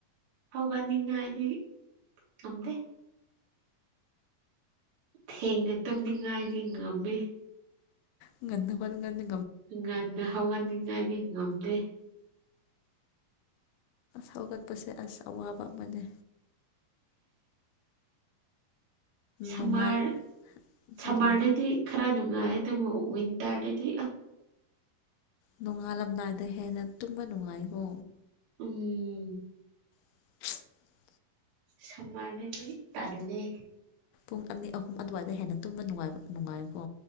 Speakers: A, on the right; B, on the left.
A: ꯍꯧꯒꯠꯅꯤꯡꯉꯥꯏꯗꯤ ꯉꯝꯗꯦ꯫ ꯊꯦꯡꯅ ꯇꯝꯅꯤꯡꯉꯥꯏꯗꯤ ꯉꯝꯃꯤ꯫
B: ꯉꯟꯅ ꯍꯧꯒꯠ ꯉꯟꯅ꯫
A: ꯉꯟꯅ ꯍꯧꯒꯠꯅꯤꯡ꯫ ꯅꯅꯤꯡ ꯉꯝꯗꯦ꯫
B: ꯍꯧꯒꯠꯄꯁꯦ ꯑꯁ ꯑꯋꯥꯕ ꯑꯃꯅꯤ꯫
A: ꯁꯃꯔ
B: ꯅꯣꯡꯉꯥꯜ ꯀꯔꯤ
A: ꯁꯝꯃꯥꯔꯗꯗꯤ ꯈ ꯈꯔ ꯅꯨꯡꯉꯥꯏ ꯑꯗꯨꯕꯨꯣ ꯟ ꯇꯥꯔꯦꯗꯤ
B: ꯅꯣꯡꯉꯥꯜꯂꯝꯗꯥꯏꯗ ꯍꯦꯟꯅ ꯇꯨꯝꯕ ꯅꯨꯡꯉꯥꯏꯀꯣ
A: ꯎꯝ
B: <unintelligible>
A: ꯁꯝꯃꯔ ꯇꯜꯂꯦ
B: ꯄꯨꯡ ꯑꯅꯤ ꯑꯍꯨꯝ ꯑꯗꯨꯋꯥꯏꯗ ꯍꯦꯟꯅ ꯇꯨꯝꯕ ꯅꯨꯡꯉꯥꯏꯕ ꯅꯨꯡꯉꯥꯏꯀꯣ